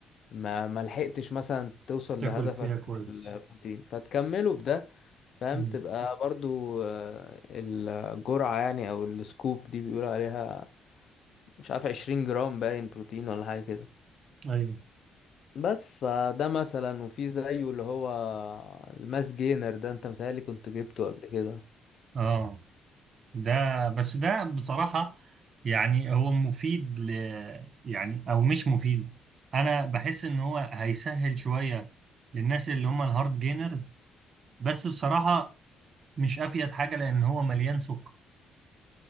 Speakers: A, on the left; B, on the right.
A: ما ما لحقتش مثلا توصل
B: تاكل
A: لهدفك
B: فيها كويس
A: من البروتين فتكمله بده فاهم
B: مم.
A: تبقى برضو آه، الجرعه يعني او السكوب دي بيقولوا عليها مش عارف 20 جرام باين بروتين ولا حاجه كده
B: ايوه
A: بس فده مثلا وفي زيه اللي هو الماس جينر ده انت متهيألي كنت جبته قبل كده
B: اه ده بس ده بصراحة يعني هو مفيد ل يعني أو مش مفيد أنا بحس إن هو هيسهل شوية للناس اللي هم الهارد جينرز بس بصراحة مش أفيد حاجة لأن هو مليان سكر